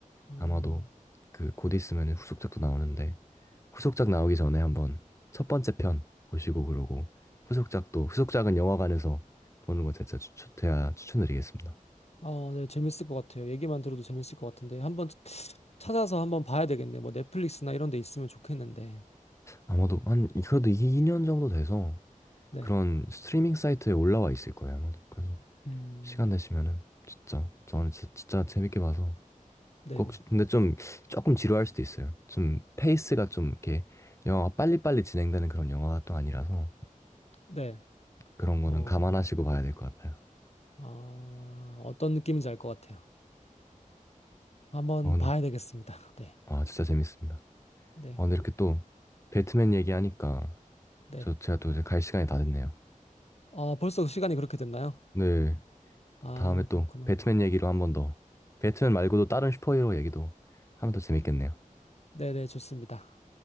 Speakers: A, on the left; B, on the left.
A: 음,
B: 아마도 그 곧 있으면 후속작도 나오는데 후속작 나오기 전에 한번 첫 번째 편 보시고 그러고 후속작도 후속작은 영화관에서 보는 거 진짜 추천해야 추천드리겠습니다.
A: 아, 네, 재밌을 것 같아요. 얘기만 들어도 재밌을 것 같은데 한번 찾아서 한번 봐야 되겠네. 뭐 넷플릭스나 이런 데 있으면 좋겠는데,
B: 아마도 한 그래도 2년 정도 돼서
A: 네,
B: 그런 스트리밍 사이트에 올라와 있을 거예요. 아마도 그래서
A: 음,
B: 시간 되시면은 진짜 저는 진- 진짜 재밌게 봐서
A: 네,
B: 꼭,
A: 네,
B: 근데 좀, 조금 지루할 수도 있어요. 좀, 페이스가 좀, 이렇게, 영화가 빨리빨리 진행되는 그런 영화가 또 아니라서,
A: 네,
B: 그런 거는
A: 어.
B: 감안하시고 봐야 될 것 같아요.
A: 아, 어떤 느낌인지 알 것 같아요. 한번
B: 어, 근데,
A: 봐야 되겠습니다. <laughs> 네,
B: 아, 진짜 재밌습니다.
A: 네,
B: 어, 근데 이렇게 또, 배트맨 얘기하니까,
A: 네.
B: 저, 제가 또 이제 갈 시간이 다 됐네요.
A: 어, 벌써 시간이 그렇게 됐나요?
B: 네,
A: 아,
B: 다음에 또,
A: 그렇구나.
B: 배트맨 얘기로 한번 더, 배트맨 말고도 다른 슈퍼히어로 얘기도 하면 더 재밌겠네요.
A: 네, 네, 좋습니다.